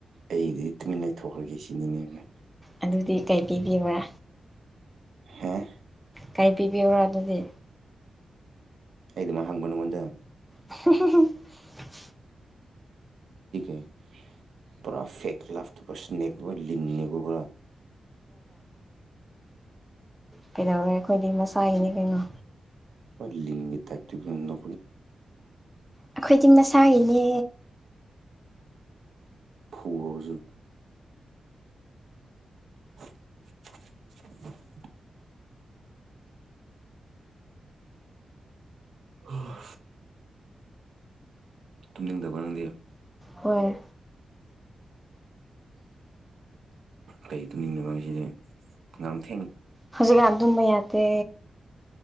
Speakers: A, on the right (about 75°); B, in the centre.
A: ꯑꯩꯗꯤ ꯇꯨꯃꯤꯟꯅ ꯂꯩꯊꯣꯛꯈ꯭ꯔꯒꯦ ꯁꯤꯅꯤꯅꯦꯉ
B: ꯑꯗꯨꯗꯤ ꯀꯩ ꯄꯕꯤꯕ꯭ꯔꯥ
A: ꯍꯥ <unintelligible> <inaudible>
B: ꯀꯩ ꯄꯤꯕꯤꯕꯔꯣ ꯑꯗꯨꯗꯤ
A: ꯑꯩꯗꯨꯃ ꯍꯪꯕ ꯅꯉꯣꯟꯗ
B: ꯍ <unintelligible> <inaudible>
A: ꯦ ꯄꯨꯔꯥ ꯐꯦꯛꯀ ꯂꯐꯇꯨ ꯄꯨ ꯁꯅꯦꯀ ꯂꯤꯡꯅꯤꯒ ꯄꯨ
B: ꯀꯩꯗꯧꯋꯦ ꯑꯩꯈꯣꯏꯗꯤ ꯃꯁꯥꯒꯤꯅꯤ ꯀꯩꯅꯣ
A: ꯂꯤꯒꯤꯤ ꯊꯇ ꯄꯨ ꯅ
B: ꯑꯩꯈꯣꯏꯗꯤ ꯃꯁꯥꯒꯤꯅꯦ
A: ꯐꯨ ꯍꯧꯁꯟ <unintelligible> <inaudible> ꯑꯣ ꯇꯨꯝꯅꯤꯡꯗꯕ ꯅꯪꯗꯦ
B: ꯍꯣꯏ
A: ꯀꯩ ꯇꯃꯤꯗꯁꯤꯗꯤꯦ ꯉꯝ ꯊ
B: ꯍꯧꯖꯤꯛ ꯀ ꯑꯗꯨꯕꯩ ꯌꯥꯗꯦ